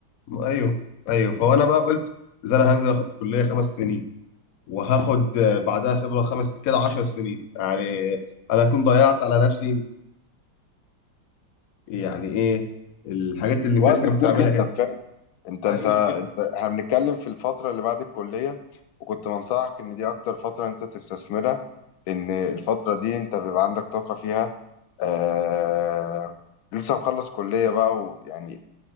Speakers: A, on the left; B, on the left.
A: ايوه ايوه فانا بقى قلت اذا انا هنزل اخد الكليه خمس سنين وهاخد آه، بعدها خبره خمس كده 10 سنين يعني انا اكون ضيعت على نفسي يعني ايه الحاجات اللي امبارح
B: وقت
A: كانت
B: كبير
A: بتعملها
B: جدا
A: هنا
B: فعلا انت انت
A: ايوه
B: انت
A: ايوه
B: احنا بنتكلم في الفترة اللي بعد الكلية وكنت بنصحك ان دي اكتر فترة انت تستثمرها لان الفترة دي انت بيبقى عندك طاقة فيها آه... لسه مخلص كلية بقى ويعني